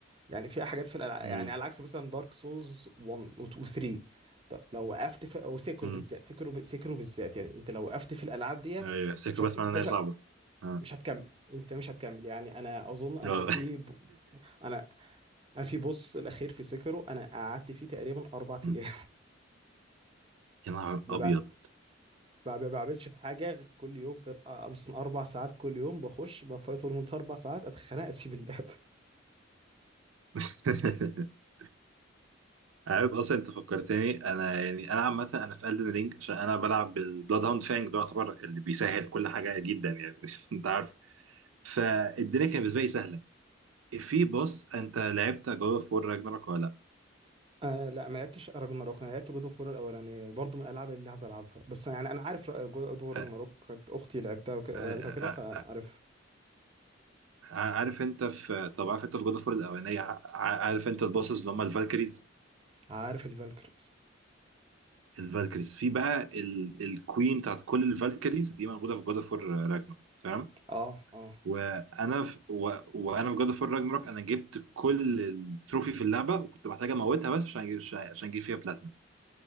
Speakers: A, on the right; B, on the right.
A: يعني في حاجات في الألع...
B: امم
A: يعني على عكس مثلا دارك سولز 1 و 2 و 3 طب لو وقفت في او سيكرو
B: امم
A: بالذات سيكرو ب... سيكرو بالذات يعني انت لو وقفت في الالعاب ديت
B: ايوه
A: انت
B: سيكو
A: مش هت...
B: بسمع
A: انت
B: ان هي
A: مش
B: صعبه
A: هت...
B: اه
A: مش هتكمل انت مش هتكمل يعني انا اظن انا
B: آه.
A: في ب... انا انا في بوس الاخير في سيكرو انا قعدت فيه تقريبا اربع
B: <laughs>
A: ايام
B: يا نهار
A: <laughs> ما
B: ابيض
A: بع- ما بعملش حاجه غير كل يوم غير آه، مثلا اربع ساعات كل يوم بخش بفايت لمده اربع ساعات اتخانق اسيب اللعب
B: <laughs> عارف اصلا انت فكرتني انا يعني انا عامه انا في الدن رينج عشان انا بلعب بالبلاد هاوند فانج ده يعتبر اللي بيسهل كل حاجه جدا يعني <laughs> انت عارف فالدنيا كانت بالنسبه لي سهله في بوس انت لعبت جود اوف وور راجناروك ولا لا
A: آه لا ما لعبتش راجناروك انا لعبت جود اوف وور الاولانيه برضه من الالعاب اللي عايز العبها بس يعني انا عارف جود اوف وور
B: آه،
A: راجناروك كانت اختي لعبتها وكده
B: آه،
A: لعبتها وكده
B: آه،
A: فعارفها
B: آه، عارف انت في طب عارف انت في جود اوف وور الاولانيه ع- ع- عارف انت البوسز اللي هم الفالكريز
A: عارف الفالكريز
B: الفالكريز في بقى ال... الكوين بتاعت كل الفالكريز دي موجوده في جود اوف وور راجناروك تمام
A: اه اه
B: وانا في و... وانا في جاد اوف راجناروك انا جبت كل التروفي في اللعبه وكنت محتاج اموتها بس عشان اجيب عشان اجيب فيها بلاتنم